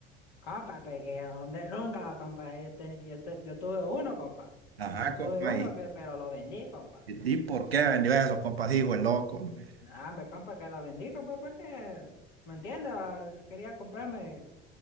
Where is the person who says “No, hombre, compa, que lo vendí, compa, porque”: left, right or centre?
Left